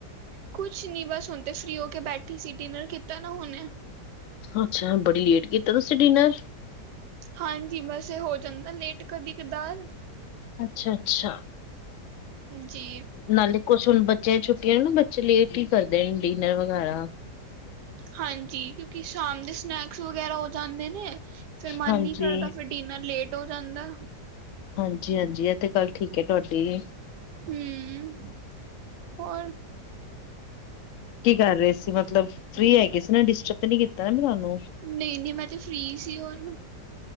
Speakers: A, on the right; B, on the left.
A: ਕੁਛ ਨੀ ਬਸ ਹੁਣ ਤੇ ਫ੍ਰੀ ਹੋ ਕੇ ਬੈਠੀ ਸੀ, ਡਿਨਰ ਕੀਤਾ ਨਾ ਹੁਨੇ।
B: ਅੱਛਾ, ਬੜੀ ਲੇਟ ਕੀਤਾ, ਤੁਸੀਂ ਡਿਨਰ।
A: ਹਾਂਜੀ, ਬਸ ਏ ਹੋ ਜਾਂਦਾ ਲੇਟ ਕਦੀ ਕਦਾਰ।
B: ਅੱਛਾ ਅੱਛਾ,
A: ਜੀ
B: ਨਾਲੇ ਕੁਛ ਹੁਣ ਬੱਚਿਆਂ ਛੁੱਟੀਆਂ ਨੇ ਨਾ, ਬੱਚੇ ਲੇਟ ਹੀ ਕਰਦੇ ਨੇ ਡਿਨਰ ਵਗੈਰਾ।
A: ਹਾਂਜੀ, ਕਿਉਂਕਿ ਸ਼ਾਮ ਦੇ ਸਨੈਕਸ ਵਗੈਰਾ ਹੋ ਜਾਂਦੇ ਨੇ। ਫਿਰ ਮਨ
B: ਹਾਂਜੀ
A: ਨਹੀਂ ਕਰਦਾ, ਫਿਰ ਡਿਨਰ ਲੇਟ ਹੋ ਜਾਂਦਾ।
B: ਹਾਂਜੀ ਹਾਂਜੀ, ਇਹ ਤੇ ਗੱਲ ਠੀਕ ਹੈ ਤੁਹਾਡੀ।
A: ਹੂ ਹੋਰ
B: ਕੀ ਕਰ ਰਹੇ ਸੀ ਮਤਲਬ ਫ੍ਰੀ ਹੈਗੇ ਸੀ ਨਾ, ਡਿਸਟਰਬ ਨੀ ਕੀਤਾ ਨਾੈਂ ਤੁਹਾਨੂੰ।
A: ਨਹੀਂ ਨਹੀਂ, ਮੈਂ ਤੇ ਫ੍ਰੀ ਹੀ ਸੀ ਹੁਨ।